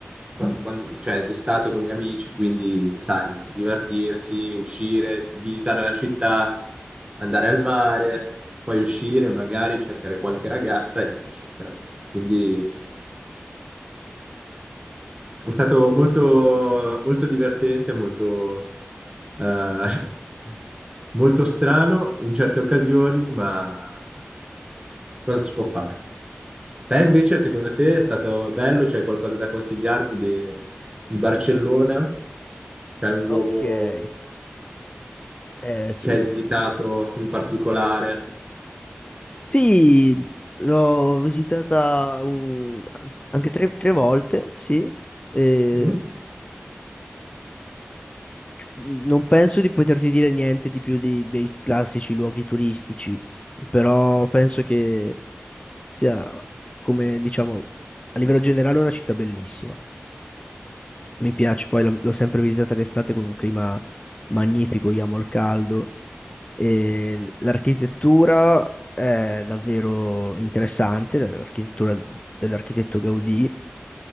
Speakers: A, on the right; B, on the left.
A: quando- quando- cioè d'estate con gli amici, quindi sai, divertirsi, uscire, visitare la città, andare al mare, poi uscire, magari cercare qualche ragazza, eccetera. Quindi eh, è stato molto, molto divertente, molto, eh, <laughs> molto strano in certe occasioni, ma cosa si può fare? Te invece, secondo te, è stato bello? C'è qualcosa da consigliarmi di, di Barcellona? C'è un
B: Ok,
A: luogo
B: eh, s-
A: che hai visitato in particolare?
B: sì, l'ho visitata un- anche tre, tre volte, sì, e
A: Mm?
B: non penso di poterti dire niente di più di- dei classici luoghi turistici, però penso che sia, come diciamo, a livello generale una città bellissima. Mi piace, poi l'ho l'ho sempre visitata d'estate con un clima magnifico, io amo il caldo E l'architettura è davvero interessante, l'architettura dell'architetto Gaudì.